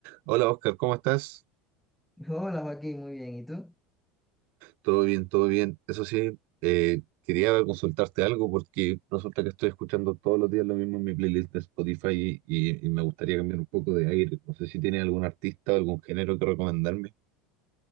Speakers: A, on the right; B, in the centre.
A: Hola Oscar, ¿cómo estás?
B: Hola Joaquín, muy bien. ¿Y tú?
A: Todo bien, todo bien. Eso sí, eh, quería consultarte algo porque resulta que estoy escuchando todos los días lo mismo en mi playlist de Spotify y, y me gustaría cambiar un poco de aire. No sé si tienes algún artista o algún género que recomendarme.